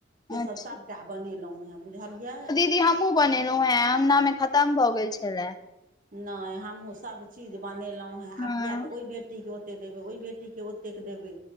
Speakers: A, on the right; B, on the left.
A: से
B: अच्छा
A: सब सभटा बनेलौं हँ बुझलियै
B: एमकी हमहुँ बनेलौं हे अङ्गना मे खतम भऽ गेल छलाह
A: नहि हमहुँ सभ चीज बनेलहुँ हेँ
B: हँ
A: आब किया तऽ ओहि बेेट बेटी के ओते देबै ओहि बेटी के ओतेक के देबै